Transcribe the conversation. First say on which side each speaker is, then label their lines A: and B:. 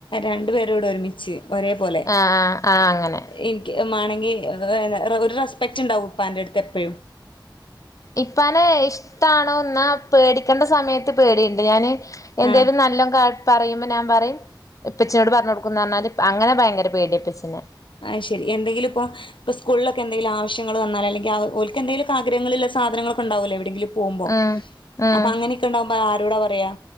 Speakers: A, on the left; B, on the left.
A: രണ്ടു പേരോടും ഒരുമിച്ച് ഒരേപോലെ
B: ആഹ് ആഹ് ആഹ് അങ്ങനെ
A: എനിക്ക് മേണങ്കി ഈ ഒര് ര് റസ്പക്റ്റ് ഉണ്ടാകും ഉപ്പാന്റെടുത്ത് എപ്പഴും
B: ഇപ്പാനെ ഇഷ്ടാണോ എന്നാ പേടിക്കണ്ട സമയത്ത് പേടി ഉണ്ട് ഞാന് എന്തേലും
A: ആഹ്
B: നല്ല കാ പറയുമ്പം ഞാൻ പറയും ഉപ്പച്ചിയോട് പറഞ്ഞ് കൊടുക്കും എന്ന് പറഞ്ഞാലും അങ്ങനെ ഭയങ്കര പേടിയാ ഉപ്പച്ചിനേ
A: ആയി ശരി എന്തെങ്കിലും ഇപ്പം ഈസ്കൂളിൽ ഒക്കെ എന്തെലും ആവശ്യങ്ങള് വന്നാൽ അല്ലാങ്കിൽ ഞാ ഓർക്ക് എന്തെങ്കിലും ആഗ്രഹങ്ങളുള്ള സാധനങ്ങൾ ഉണ്ടാകുമല്ലോ എവിടെയെങ്കിലും പോകുമ്പം
B: ഉം ഉം
A: അപ്പം അങ്ങനെയൊക്കൊക്കെ ഉണ്ടാകുമ്പോ ആരോടാ പറ <inaudible>